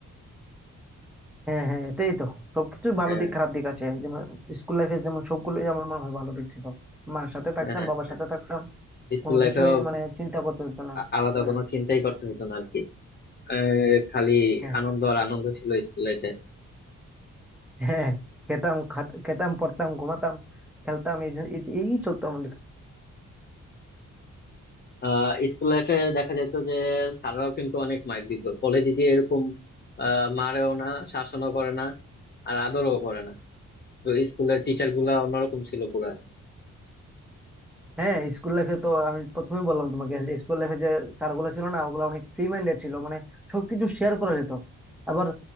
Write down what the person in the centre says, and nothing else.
হ্যাঁ হ্যাঁ এটাই তো সবকিছু ভালো
দিক খারাপ দিক আছে যেমন স্কুল লাইফে যেমন সবগুলোই আমার মনে হয় ভালো দিক ছিল মার সাথে থাকতাম
বাবার
সাথে থাকতাম
কোনো
কিছুই মানে চিন্তা করতে হতো না
হ্যাঁ
হ্যাঁ
হ্যাঁ খেতাম খাত- খেতাম পড়তাম ঘুমাতাম খেলতাম এই জন্য- এই এই চলতো আমাদের
হ্যাঁ স্কুল লাইফে তো আমি প্রথমে বললাম তোমাকে স্কুল লাইফে যে স্যারগুলো ছিল না ওগুলো অনেক ফ্রি মাইন্ডেড ছিল মানে সবকিছু শেয়ার করা যেত আবার